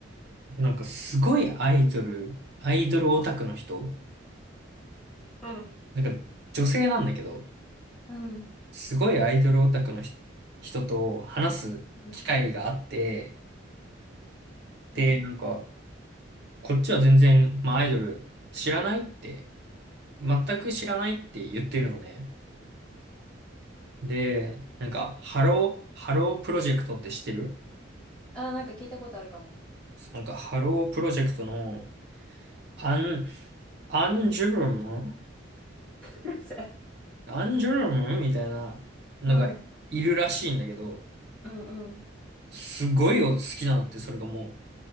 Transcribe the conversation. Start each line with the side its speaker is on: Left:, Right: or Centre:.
Right: なんかすごいアイドル、アイドルオタクの人、
Centre: うん。
Right: なんか女性なんだけど、
Centre: うん、
Right: すごいアイドルオタクのひ人と話す機会があって、
Centre: うん。
Right: で、
Centre: うん、
Right: なんか、こっちは全然、まあ、アイドル知らないって、全く知らないって言ってるのね。で、なんか、ハロー、ハロープロジェクトって知ってる
Centre: あ、なんか聞いたことあるかも。
Right: なんか、ハロープロジェクトの、アン、アンジュルム
Centre: <laughs> 何それ
Right: アンジュルムみたいなのがいるらしいんだけど、
Centre: うん、うん、うん、
Right: すごい好きなのって、それがも